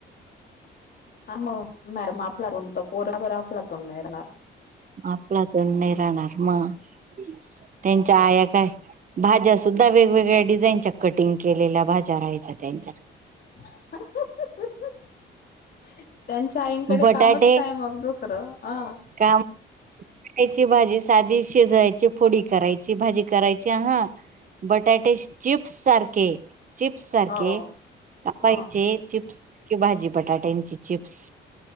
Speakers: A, on the left; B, on the right.
A: हा मग मॅडम आपला तून त पोराबराफला तून नाही येणार.
B: आपलातून नाही राहणार मग त्यांच्या आया काय भाज्या सुद्धा वेगवेगळ्या डिझाईनच्या कटिंग केलेल्या भाज्या राहायच्या त्यांच्या.
A: <unintelligible> त्यांच्या आईंकडे
B: बटाटे
A: कामच काय मग दुसरं अं.
B: काम. खायची भाजी, साधी शिजायची, फोडी करायची, भाजी करायची हा. बटाटे चिप्स सारखे चिप्स सारखे
A: हो
B: कापायचे,
A: हो
B: चिप्स सारखी भाजी बटाट्या ती चिप्स